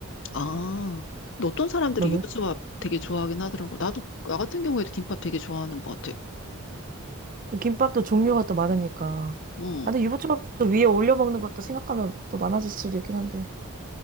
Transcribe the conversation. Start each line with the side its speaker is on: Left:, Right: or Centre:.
Left: 아, 근데 어떤 사람들이
Right: 너는?
Left: 유부초밥 되게 좋아하긴 하더라고. 나도 나 같은 경우에도 김밥 되게 좋아하는 것 같아.
Right: 김밥도 종류가 또 많으니까.
Left: 응.
Right: 아, 근데 유부초밥도 위에 올려 먹는 것도 생각하면 또 많아질 수도 있긴 한데.